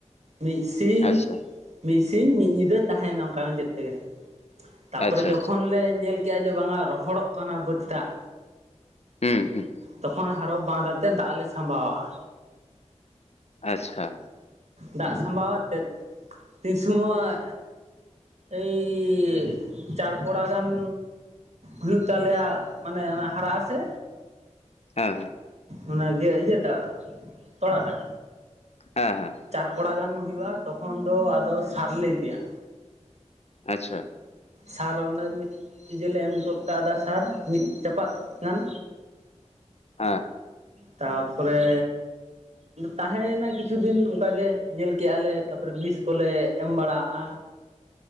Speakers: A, on the right; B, on the left.
A: ᱢᱤᱫ ᱥᱤᱧ
B: ᱟᱪᱪᱷᱟ
A: ᱢᱤᱫ ᱥᱤᱧ ᱢᱤᱫ ᱧᱤᱫᱟᱹ ᱛᱟᱦᱮᱸᱭᱮᱱᱟ ᱚᱱᱠᱟᱱ ᱟᱡᱮᱫ ᱛᱮᱜᱮ᱾ ᱛᱟᱯᱚᱨᱮ
B: ᱟᱪᱪᱷᱟ
A: ᱡᱚᱠᱷᱚᱱ
B: ᱟᱪᱪᱷᱟ
A: ᱞᱮ ᱧᱮᱞ ᱠᱮᱜᱼᱟ ᱡᱮ ᱵᱟᱝ-ᱟ ᱨᱚᱦᱚᱲᱚᱜ ᱠᱟᱱᱟ ᱵᱟᱹᱫᱽ ᱴᱟᱜᱼᱼ
B: ᱦᱩᱸ ᱦᱩᱸ
A: ᱛᱚᱠᱷᱚᱱ ᱦᱟᱨᱚ ᱵᱟᱸᱫ ᱟᱛᱮ ᱫᱟᱜ ᱞᱮ ᱥᱟᱵᱟᱣᱟᱜᱼᱟ᱾
B: ᱟᱪᱪᱷᱟ᱾
A: ᱫᱟᱜ ᱥᱟᱢᱵᱟᱣ ᱟᱛᱮᱫ ᱛᱤ ᱥᱚᱢᱚᱭᱼᱼ ᱮᱭ ᱪᱟᱨ ᱠᱚᱲᱟ ᱜᱟᱱᱼᱼ ᱦᱩᱭᱩᱜ ᱛᱟᱞᱮᱭᱟ ᱢᱟᱱᱮ ᱚᱱᱟ ᱦᱟᱨᱟᱜ ᱟᱥᱮ?
B: ᱦᱮᱸ᱾
A: ᱚᱱᱟᱜᱮ ᱤᱭᱟᱹᱴᱟᱜ ᱛᱚᱲᱟᱴᱟᱜ᱾
B: ᱦᱮᱸ ᱦᱮᱸ᱾
A: ᱪᱟᱨ ᱠᱚᱲᱟ ᱜᱟᱱ ᱦᱩᱭᱩᱜᱼᱟ, ᱛᱚᱠᱷᱚᱱ ᱫᱚ ᱟᱫᱚ ᱥᱟᱨ ᱞᱮ ᱤᱫᱤᱭᱟ᱾
B: ᱟᱪᱪᱷᱟ᱾
A: ᱥᱟᱨ ᱚᱱᱮ ᱢᱤᱫ ᱤᱭᱮ ᱞᱮ ᱮᱢ ᱜᱚᱫ ᱠᱟᱣᱫᱟ ᱥᱟᱨ ᱢᱤᱫ ᱪᱟᱯᱟᱫ ᱜᱟᱱ᱾
B: ᱦᱮᱸ
A: ᱛᱟᱯᱚᱨᱮᱼᱼ ᱛᱟᱦᱮ ᱭᱮᱱᱟ ᱠᱤᱪᱷᱩ ᱫᱤᱱ ᱚᱱᱠᱟᱜᱮ ᱧᱮᱞ ᱠᱮᱜᱼᱟ ᱞᱮ ᱛᱟᱯᱚᱨᱮ ᱵᱤᱥ ᱠᱚᱞᱮ ᱮᱢ ᱵᱟᱲᱟᱜᱼᱟ᱾